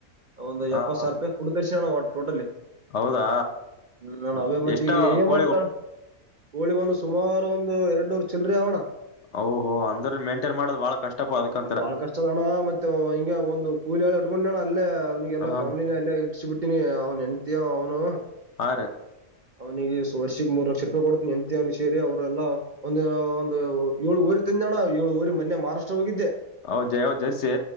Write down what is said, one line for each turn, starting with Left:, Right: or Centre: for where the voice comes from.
Right: ಒಂದು
Left: ಹ
Right: ಎಪ್ಪತ್
Left: ಹ
Right: ಸಾವಿರ ರೂಪಾಯಿ ಕುಡತರ್ಸಿ ಟೋಟಲಿ
Left: ಹೌದಾ
Right: ಹ್ಮ ನ ಅವೇ ಮತ್ತಿಗೆ
Left: ಎಷ್ಟಾವ
Right: ಏ
Left: ಕೋಳಿ
Right: ಮಾಡ್ತಾಳ ಕೋಳಿ ಒಂದು ಸುಮಾರು ಒಂದು ಎರಡ್ ನೂರ್ ಚಿಲ್ರಿ ಅವಣ
Left: ಓಹೋ ಅಂದ್ರ ಮೇಂಟೈನ್ ಮಾಡೋದ್ ಬಾಳ ಕಷ್ಟಪ ಅದಕಂತರ
Right: ಬಹಳ ಕಷ್ಟ ಅಣ ಮತ್ತೆ ಹಿಂ ಒಂದು ಕೂಲಿಲ್ಲ ಇಕೊಂಡ್ ನ ಅೇ ಅವನಿಗೆ ಎಲ್ಲ
Left: ಹ
Right: ಫ್ಯಾಮಲಿನ ಅಲ್ಲೇ ಇಟ್ಸ ಬಿಟ್ಟಿನಿ ಅವ್ನು ಎಂತ ಅವ್ನು
Left: ಆ
Right: ಅವನಿಗೆ ವರ್ಷಕ್ ಮೂರು ಲಕ್ಷ ರೂಪಾಯಿ ಕೊಡ್ತನಿ ಎಂತ ಅವನು ಸೇರಿ ಅವರೆಲ್ಲಾ ಒಂದು ಒಂದು ಏಳುವರ್ ಜ ಏಳು ರು ಮನೆ ಮಹಾರಾಷ್ಟ್ರ ಹೋಗಿದ್ದೆ
Left: ಹೌದಯ ಜರ್ಸಿ